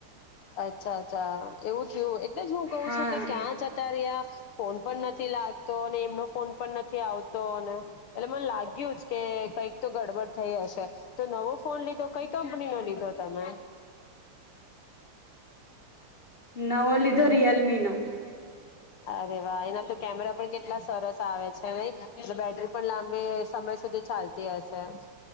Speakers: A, on the left (about 75°); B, on the left (about 25°).
A: અચ્છા, અચ્છા, એવું થયું એટલે જ હું કઉ
B: હા
A: છું. કે ક્યાં જતા રહ્યા ફોન પણ નથી લાગતો અને એમનો ફોન પણ નથી આવતો અને એટલે મને લાગ્યું જ. કે કંઈક તો ગડબડ થઈ હશે તો નવો ફોન લીધો કઈ કંપની નો લીધો તમે.
B: નવો લીધો રિયલમી નો.
A: અરે વાહ એના તો કેમેરા પણ કેટલા સરસ આવે છે. નહી બેટરી પણ લાંબી... સમય સુધી ચાલતી હશે હં.